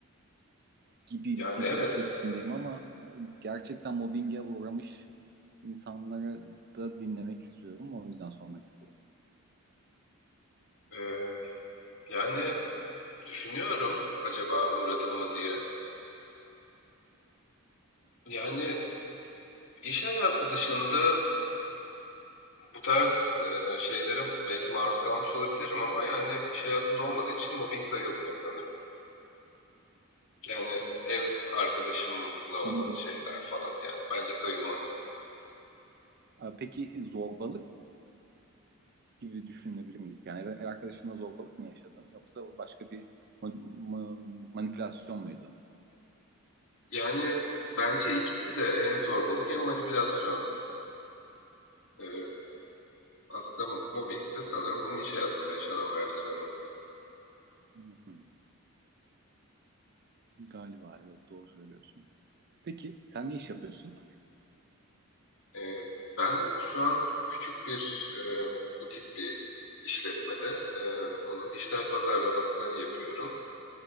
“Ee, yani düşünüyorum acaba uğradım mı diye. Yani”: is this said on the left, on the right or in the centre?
Left